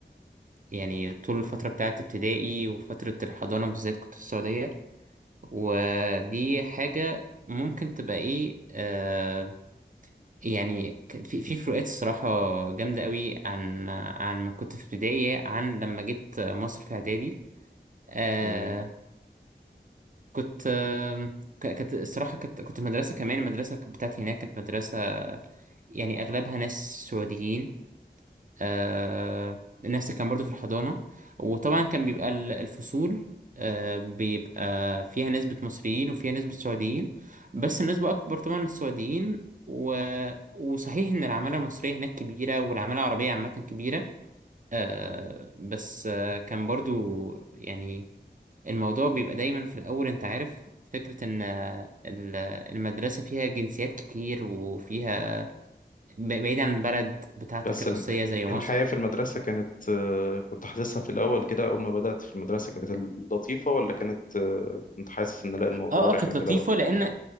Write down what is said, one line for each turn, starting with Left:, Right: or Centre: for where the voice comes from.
Right: يعني طول الفتره بتاعت ابتدائي وفتره الحضانه بالذات كنت في السعوديه ودي حاجه ممكن تبقى ايه آه يعني ك- في في فروقات الصراحه جامده قوي عن عن ما كنت في ابتدائي عن لما جيت مصر في اعدادي آه،
Left: تمام
Right: كنت آم، ك- كانت الصراحة كنت كنت في مدرسة كمان المدرسة بتاعتي هناك كانت مدرسة يعني أغلبها ناس سعوديين آه، الناس اللي كان برضو في الحضانة وطبعا كان بيبقى ال- الفصول آه، بيبقى فيها نسبة مصريين وفيها نسبة سعوديين بس النسبة أكبر طبعا للسعوديين و... وصحيح إن العمالة المصرية هناك كبيرة والعمالة العربية عامة كبيرة آه، بس آه، كان برضو يعني الموضوع بيبقى دايما في الأول أنت عارف فكرة إن آه، ال- المدرسة فيها جنسيات كتير وفيها ب- بعيد عن البلد بتاعتك
Left: بس
Right: الأصلية
Left: ال-
Right: زي مصر
Left: الحياة في المدرسة كانت آه، كنت حاسسها في الاول كده اول ما بدأت في المدرسة كانت لطيفة ولا كانت آه، كنت حاسس ان لا الموضوع
Right: اه
Left: رخم
Right: اه كانت
Left: في
Right: لطيفة
Left: الاول
Right: لأن